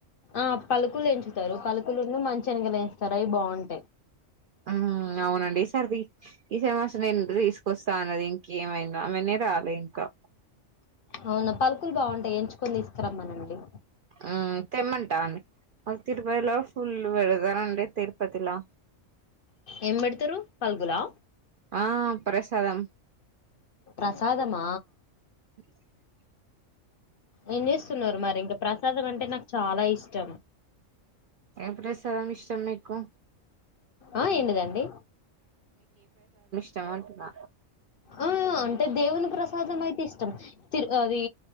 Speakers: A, on the left; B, on the right.
A: ఆ పలుకులు యేంచుతారు పలుకులును మంచి శెనకలు వేంచుతారు అవి బాంటాయ్.
B: ఆ హు అవునండి ఈ సారి తి ఈ సారి మాసంనే తీసుకొస్తా అన్నది ఇంకేమైందో ఆమెనే రాలే ఇంకా.
A: అవునా పలుకులు బాగుంటాయి ఎంచుకొని తీస్కారామనండి.
B: ఆ తెమ్మంటానే అ తిరుపయిలో ఫుల్ పెడతారండి తిరుపతిలా
A: ఏం పెడతారు పల్గులా
B: ఆ ప్రసాదం
A: ప్రసాదమా
B: <inaudible>
A: ఏం చేస్తున్నారు మరి ఇంకా ప్రసాదం అంటే నాకు చాలా ఇష్టం.
B: ఏ ప్రసాదం ఇష్టం మీకు
A: ఆ ఏంటిదండి
B: చమటుంన్న
A: ఆ అంటే దేవుని ప్రసాదం అయితే ఇష్టం తిరు అది